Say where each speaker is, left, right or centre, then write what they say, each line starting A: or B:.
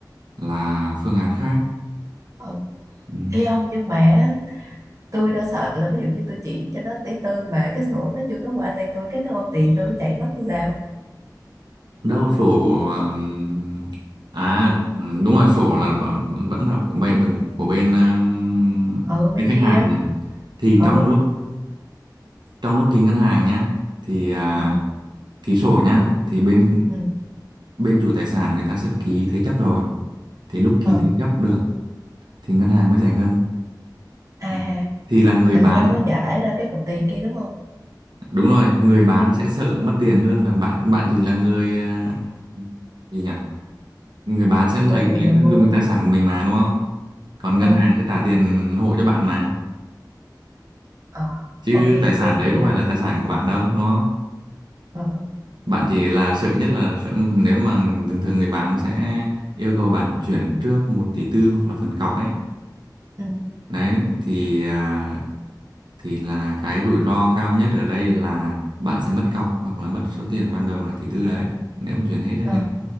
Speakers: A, on the right; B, on the right.
A: là phương án khác
B: ừ
A: ừ.
B: Ê ông nhưng mà á, tôi đã sợ là ví dụ như tôi chuyển cho nó tỷ tư mà cái sổ nó chưa có qua tên tôi cái nó không tiền tôi chạy mất thì sao
A: đâu sổ ừm, à ừ, đúng rồi sổ là bảo- vẫn là của bên của bên ừm,
B: ừ bên
A: bên khách
B: kia
A: hàng nhỉ? thì
B: ừ
A: trong lúc trong lúc ký ngân hàng nhá thì à,
B: ừ
A: ký sổ nhá thì bên
B: ừ
A: bên chủ tài sản người ta sẽ phải ký thế chấp rồi thì lúc ký
B: ừ
A: thế chấp được thì ngân hàng mới giải ngân
B: à
A: À, thì là người
B: là
A: bán
B: người ta mới giải ra cái cục tiền kia đúng không
A: đúng rồi người bán sẽ sợ mất tiền hơn là bạn bạn chỉ là người à, gì nhỉ người bán sẽ lấy,
B: tôi là
A: lấy
B: người mua
A: dùng cái tài sản của mình mà đúng không còn ngân
B: ừ
A: hàng sẽ trả tiền hộ cho bạn mà
B: ờ
A: chứ
B: ok ok
A: tài sản
B: hiểu
A: đấy có phải là tài sản của bạn đâu đúng không
B: ờ
A: bạn chỉ là sợ nhất là sợ nếu mà thường thường người bán sẽ yêu cầu bạn chuyển trước một tỷ tư hoặc là phần cọc ấy
B: ừ
A: đấy thì à, thì là cái rủi ro cao nhất ở đây là bạn sẽ mất cọc hoặc là mất số tiền ban đầu là tỷ tư đấy nếu mà chuyển hết cho
B: ờ
A: người ta